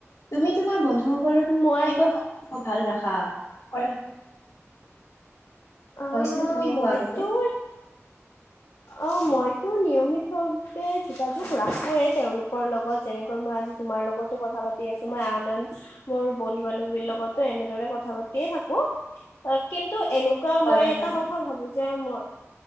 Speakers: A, on the left; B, on the left.
A: তুমি তোমাৰ বন্ধু সকলৰ কেনেকৈ
B: মই
A: সম্পৰ্ক ভাল ৰাখা। <unintelligible>
B: আহ
A: হয়চোন তুমি
B: মইতো
A: কোৱা আগতে।
B: অ মইতো নিয়মিত ভাৱে যোগাযোগ ৰাখোয়েই তেওঁলোকৰ লগত যেনেকৈ মই আজি তোমাৰ লগতো কথা পাতি আছো মই আন আন মোৰ বন্ধু বান্ধৱীৰ লগতো এনেদৰে কথা পাতিয়ে থাকো কিন্তু টো এনেকুৱা
A: হয়,
B: মই এটা
A: হয়,
B: কথা ভাবো যে মই